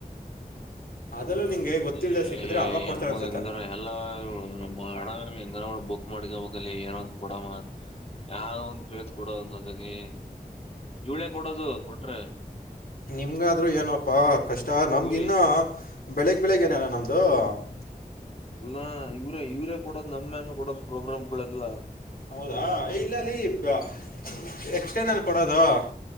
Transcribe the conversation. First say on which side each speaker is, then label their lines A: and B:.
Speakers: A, on the left (about 70°); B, on the left (about 40°).
A: ಅದಲ್ಲೂ ನಿಮಗೆ ಗೊತ್ತಿಲ್ಲದೆ
B: ಏ
A: ಸಿಕ್ಕಿದ್ರೆ ಅವಾಗ ಕೊಡ್ತಾರೆ
B: ಎಮ್ಮಗ
A: ಅನ್ಸತ್ತೆ
B: ಹೆಂಗಾರ ಎಲ್ಲ ಬಾಡಾಮಿ ಇಂದ ಬುಕ್ ಮಾಡಕೊಬೇಕು. <unintelligible> ಅಲ್ಲಿ ಏನೋ ಕೊಡಮ್ಮ ಯಾವ ತಿಳಿದ ಕೂಡ ಒಂದದಾಗಿ. <unintelligible> ಇವಳೇ ಕೊಡೋದು ಕೊಟ್ರೆ. <unintelligible>
A: ನಿಮ್ಮಗ ಆದರೂ ಏನಪ್ಪಾ ಕಷ್ಟ ನಮ್ಗ
B: ಇವ್ರೇ
A: ಇನ್ನ ಬೆಳಿಗ್ಗೆ ಬೆಳಿಗ್ಗೆ ಏನಾರ ನಮ್ದ. <unintelligible> ಹಲೋ? <unintelligible>
B: ಅಲ್ಲಾ ಇವ್ರೇ ಇವ್ರೇ ಕೊಡೋದು ನಮ್ಮ ಮ್ಯಾಗ ಬಿಡೋದ ಪ್ರೋಗ್ರಾಮ್ ಗಳೆಲ್ಲ <unintelligible>
A: ಹೌದಾ ಇಲ್ಲಾ ಲೇ ಇಬ್ಬರ ಎಕ್ಸ್ಟ್ರಾ ನಲ್ ಕೊಡೋದು. <unintelligible>